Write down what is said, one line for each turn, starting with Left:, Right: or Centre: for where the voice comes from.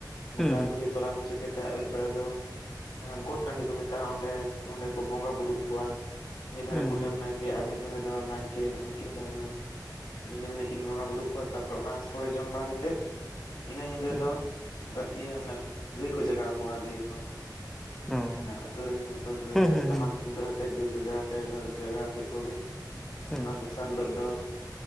Left: ᱜᱚᱴᱟ
Centre: ᱦᱩᱸ ᱦᱩᱸ
Left: ᱠᱚᱞᱦᱤ ᱛᱚᱞᱟ ᱢᱩᱪᱟᱹᱫ ᱠᱟᱛᱮᱫ ᱟᱹᱭᱩᱵ ᱵᱮᱲᱟ ᱫᱚ ᱡᱟᱦᱟᱸ ᱜᱚᱴ ᱴᱟᱺᱰᱤ ᱠᱚ ᱢᱮᱱᱟᱜᱼᱟ ᱚᱱ ᱚᱸᱰᱮ ᱚᱸᱰᱮ ᱠᱚ ᱵᱚᱸᱜᱟ ᱵᱩᱨᱩ ᱠᱚᱣᱟ ᱢᱤᱫ ᱫᱷᱟᱨᱮ
Centre: ᱦᱩᱸ
Left: ᱠᱩᱰᱟᱹᱢ
Centre: ᱦᱩᱸ
Left: ᱱᱟᱭᱠᱮ ᱟᱨ ᱢᱤᱫ ᱫᱷᱟᱨᱮ ᱫᱚ ᱱᱟᱭᱠᱮ ᱩᱱᱠᱤᱱ ᱫᱚ ᱡᱮᱢᱚᱱ ᱵᱷᱤᱱᱟᱹ ᱵᱷᱤᱱᱟᱹ ᱠᱤᱱ ᱵᱚᱸᱜᱟ ᱵᱩᱨᱩ ᱠᱚᱣᱟ ᱛᱟᱯᱚᱨᱮ ᱚᱱᱟ ᱥᱳᱲᱮ ᱡᱚᱢ ᱵᱟᱲᱟ ᱠᱟᱛᱮᱫ ᱤᱱᱟᱹ ᱧᱤᱫᱟᱹ
Centre: ᱦᱩᱸ
Left: ᱫᱚ ᱤᱭᱟᱹ ᱢᱟᱱᱮ ᱜᱟᱹᱭ ᱠᱚ ᱡᱟᱜᱟᱣ ᱠᱚᱣᱟ ᱞᱟᱹᱭ ᱟᱠᱚ
Centre: ᱦᱩᱸ
Left: ᱟᱹᱛᱩ ᱨᱮᱱ ᱜᱟᱹᱭ
Centre: ᱦᱩᱸ ᱦᱩᱸ
Left: ᱴᱟᱢᱟᱠ ᱛᱩᱢᱫᱟᱹᱜ ᱟᱛᱮᱫ ᱜᱟᱹᱭ ᱠᱚ ᱡᱟᱜ ᱠᱮᱫ ᱡᱟᱜᱟᱣ ᱠᱮᱫ ᱠᱚᱜᱮ
Centre: ᱦᱩᱸ
Left: ᱚᱱᱟ ᱫᱚᱥᱟᱨ ᱦᱤᱞᱳᱜ ᱫᱚ